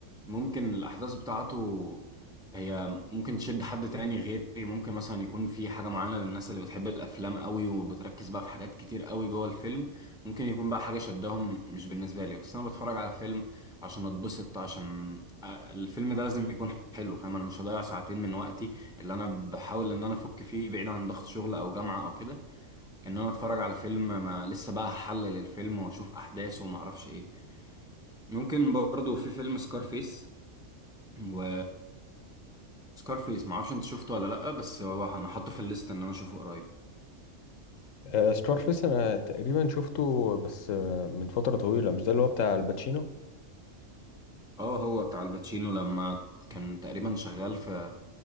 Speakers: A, in the centre; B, on the left (about 75°).
A: ممكن الاحداث بتاعته هي ممكن تشد حد تاني غيري ممكن مثلا يكون في حاجة معينة للناس اللي بتحب الافلام قوي وبتركز بقى في حاجات كتير قوي جوه الفيلم ممكن يكون بقى حاجة شدهم مش بالنسبة لي بس انا بتفرج على فيلم عشان اتبسط عشان الفيلم ده لازم يكون حلو فاهم انا مش هضيع ساعتين من وقتي اللي انا بحاول ان انا افك فيه بعيد عن ضغط شغل او جامعة او كده ان انا اتفرج على فيلم ما لسه بقى هحلل الفيلم واشوف احداثه وما اعرفش ايه ممكن برضو في فيلم سكارفيس و سكارفيس ما اعرفش انت شفته ولا لا بس هو انا حاطه في الليست ان انا اشوفه قريب
B: آه، ستار فيس أنا تقريبا شفته بس آه، من فترة طويلة مش ده اللي هو بتاع الباتشينو
A: اه هو بتاع الباتشينو لما كان تقريبا شغال في